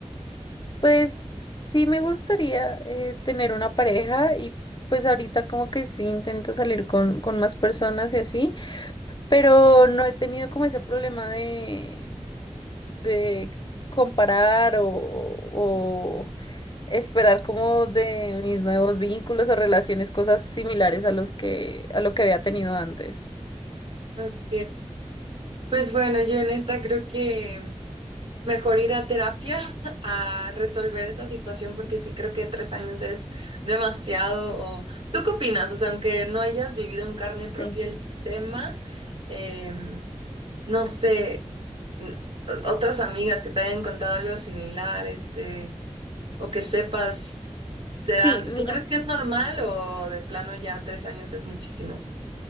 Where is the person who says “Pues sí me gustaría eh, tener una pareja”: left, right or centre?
Left